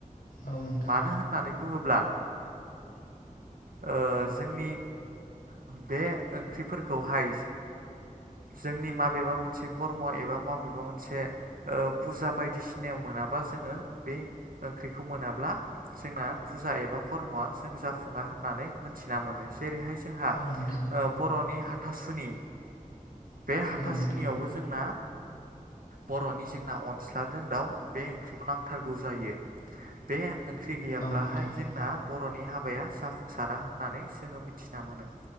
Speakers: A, on the left (about 85°); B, on the right (about 85°).
A: औ नोंथां
B: मानो होननानै बुङोब्ला ओ जोंनि बे ओंख्रिफोरखौहाय जोंनि माब माबेबा मोनसे कर्म एबा माबेबा मोनसे ओ फुजा बायदिसिनायाव मोनाबा जोङो बे ओंख्रिखौ मोनाब्ला जोंना फुजा एबा खर्मआ जों जाफुङा होननानै मोनथिना मोनो जेरैहाय जोंहा
A: औ
B: ओ
A: नोंथां
B: बरनि हाथासुनि बे हाथासुनियावबो
A: औ नोंथां
B: जोंना बरनि जोंना अनस्लादों दाउ बे ओंख्रिखौ नांथारगौ जायो बे ओंख्रि गैयाब्लाहाय
A: औ नोंथां
B: जोंना बरनि हाब बाया जाफुंसारा होननानै जोङो मिथिना मोनो